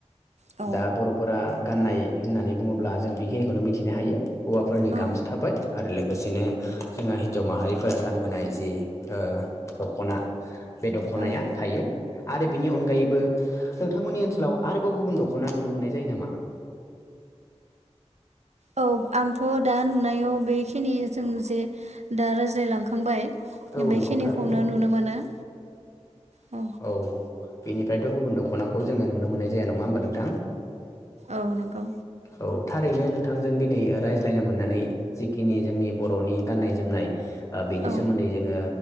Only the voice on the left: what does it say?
दा बर' फोरा गान्नाय होननानै बुङोब्ला जों बेखिनिखौनो मिथिनो हायो हौवाफोरनि
गामस बाय आरो लोगोसेनो जोंहा हिन्जाव माहारिफोरा गानबोनाय जि ओ दख'ना बे दख'नाया
थायो आरो बिनि अनगायैबो नोंथांमोननि ओनसोलाव आरोबाव गुबुन दख'ना नुनो मोननाय जायो नामा?
औ
नंगौ थारैनो
औ बेनिफ्रायथ' गुबुन दख'नाखौ जोङो नुनो मोननाय जाया नङा होमबा नोंथां।
औ थारैनो नोंथांजों दिनै रायज्लायनो मोननानै जिखिनि जोंनि बर'नि गाननाय जोमनाय ओ बेनि
सोमोन्दै जोङो